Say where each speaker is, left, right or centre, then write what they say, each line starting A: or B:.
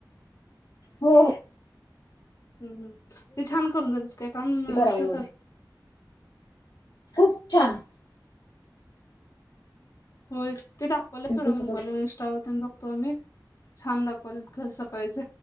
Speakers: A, on the left; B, on the left.
A: हो-हो.
B: हम् -हम ते छान करून देता स्टेप व्यवस्थ
A: करावं एवढं
B: कर
A: खूप छान.
B: होयच ते दाखवलच तेवढं
A: पुसून
B: मोबाईलवर -इंस्टावर. आपण बघतो आणि छान दाखवलय त घर षफाईच.